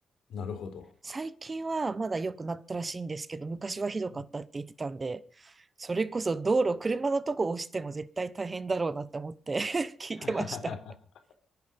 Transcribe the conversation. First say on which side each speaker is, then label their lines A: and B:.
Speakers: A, on the left; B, on the right.
A: なるほど。
B: 最近はまだ良くなったらしいんですけど、昔はひどかったって言ってたんで、
A: うん
B: それこそ道路、車のとこ押しても絶対大変だろうなって思って <laughs> 聞いてました。
A: <laughs>